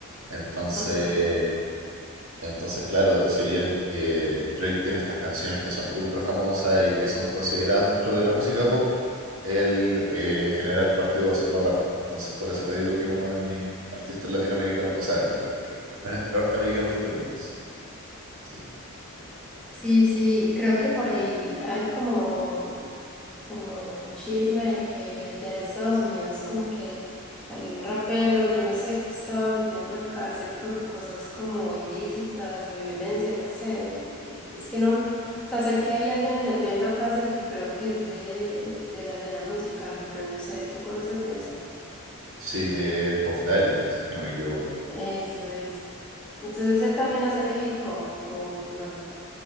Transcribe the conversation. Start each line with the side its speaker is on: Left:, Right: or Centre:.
Right: Entonces,
Centre: Ajá.
Right: Entonces, claro, si bien eh, Drake tiene estas canciones que son ultra famosas y que son consideradas dentro de la música pop, él eh, en general partió haciendo rap. Entonces, por eso te digo que es uno de mis artistas latinoamericanos, o sea, latinoamericanos, <laughs> norteamericanos favoritos. Sí,
Centre: Sí, sí, creo que por ahí hay como como un chisme de que allá en Estados Unidos como que hay un rapero, yo no sé, que estaba metido en la cárcel por cosas como ilícitas o violencia, no sé. eh, Es que no, o sea, sé que hay alguien metido en la cárcel que creo que es de, de la escena musical, pero no sé, ¿tú conoces de eso?
Right: sí, es Puff Daddy, si es que no me equivoco.
Centre: Eso es. Entonces él también hace hip hop, ¿o no?